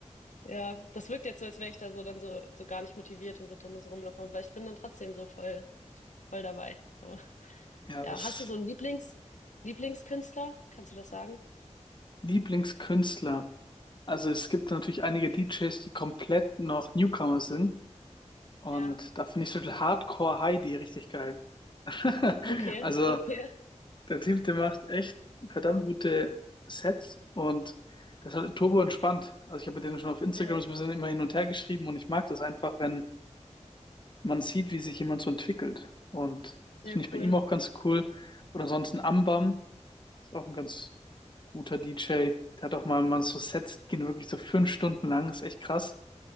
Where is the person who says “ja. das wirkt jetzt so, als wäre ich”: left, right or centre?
Left